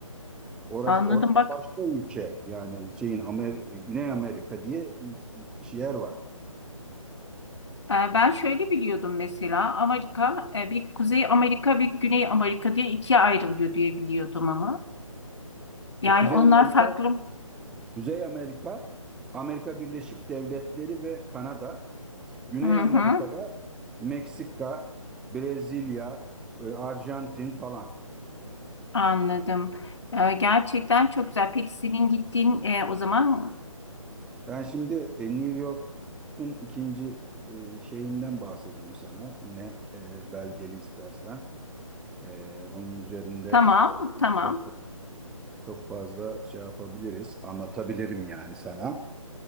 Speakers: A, in the centre; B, on the left.
A: Orası,
B: Anladım
A: orası
B: bak.
A: başka ülke yani şeyin Amer Güney Amerika diye ül- yer var.
B: Ee, Ben şöyle biliyordum mesela Amerika e, bir Kuzey Amerika bir Güney Amerika diye ikiye ayrılıyor diye biliyordum ama.
A: İşte
B: Yani
A: Kuzey
B: onlar
A: Amerika,
B: farklı.
A: Kuzey Amerika, Amerika Birleşik Devletleri ve Kanada, Güney
B: Hı hı,
A: Amerika'da Meksika, Brezilya, e, Arjantin falan.
B: anladım. Ee, Gerçekten çok güzel. Peki senin gittiğin e, o zaman
A: Ben şimdi e, New York'un ikinci e, şeyinden bahsedeyim sana. Yine e, belgeli istersen. E, Onun üzerinde
B: tamam tamam
A: çok çok fazla şey yapabiliriz, anlatabilirim yani sana.